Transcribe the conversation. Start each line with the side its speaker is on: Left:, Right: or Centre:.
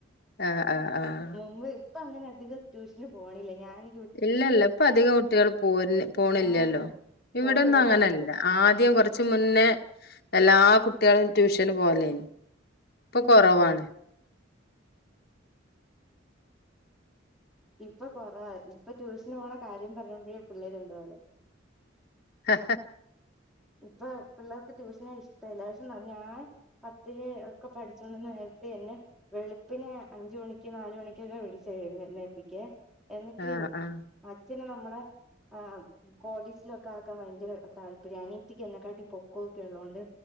Left: ആഹ് ആഹ് ആഹ്
Centre: മുമ്പ്. ഇപ്പൊ അങ്ങനെധികം ട്യൂഷന് പോണില്ല ഞാന്.
Left: ഇല്ല ല്ല ഇപ്പൊ അധികം കുട്ടിൾ പോ പോണില്ലല്ലോ
Centre: ആഹ് പോ
Left: ഇവിടെന്നും
Centre: പോവല് കൊറവാ
Left: അങ്ങനല്ല. ആദ്യം കൊറച്ച് മുന്നേ എല്ലാ കു കുട്ടിളും ട്യൂഷന് പോലെന് ഇപ്പൊ കൊറവാണ്.
Centre: ആഹ് ഇപ്പൊ കൊറവ ഇപ്പൊ ട്യൂഷന് പോണ കാര്യം പറയുമ്പോഴേ പിള്ളേര് എന്തോ പോലെ
Left: ആ
Centre: ഇപ്പൊ പിള്ളേർക്ക് ട്യൂഷന ഇഷ്ടല്ല പക്ഷെ ഞാൻ. പത്തില് ഒക്കെ പഠിച്ചോണ്ടന്ന് നേരത്തെന്നെ വെളുപ്പിനെ അഞ്ച മണിക്ക് നാല് മണിക്കൊക്കെ വിടിച്ച ന്നേയ്നേപ്പിക്കേ. എന്നിട്ട്
Left: ആഹ് ആഹ്
Centre: മ അച്ഛന് നമ്മളെ ആ കോളീസിലൊക്കെ ആക്കാൻ ഭയങ്കര താല്പര്നി റ്റക്ക് എന്നെക്കാട്ടി പൊക്കൊ ഒക്കെ ഉള്ളതൊണ്ട്